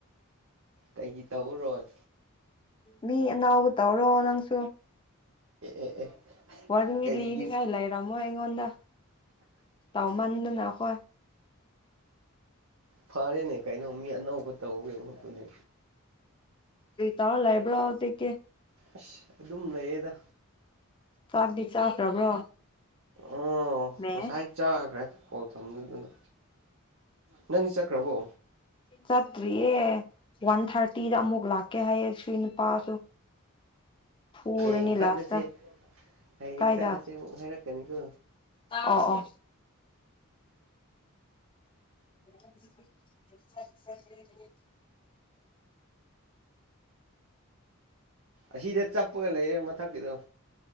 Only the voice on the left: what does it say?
ꯃꯤ ꯑꯅꯥꯎꯕ ꯇꯧꯔꯣ ꯅꯪꯁꯨ
ꯋꯥꯔꯤ
ꯂꯤꯅꯤꯡꯉꯥꯏ ꯂꯩꯔꯝꯃꯣ ꯑꯩꯉꯣꯟꯗ ꯇꯧꯃꯟꯗꯅ ꯑꯩꯈꯣꯏ
ꯄ ꯇ ꯂꯥꯏꯕ꯭ꯔꯥꯑꯣꯗ ꯀꯦ
ꯆꯥꯛꯗꯤ ꯆꯥꯈ꯭ꯔꯕ꯭ꯔꯣ
ꯃ
ꯆꯠꯇ꯭ꯔꯤꯌꯦ ꯋꯥꯟ ꯊꯥꯔꯇꯤꯗ ꯑꯃꯨꯛ ꯂꯥꯛꯀꯦ ꯍꯥꯏꯌꯦ ꯁꯤ ꯅꯨꯄꯥꯁꯨ ꯐꯔꯅꯤ
ꯂꯥꯁꯇ
ꯀꯥꯏꯗ
ꯑꯣ ꯑꯣ <unintelligible>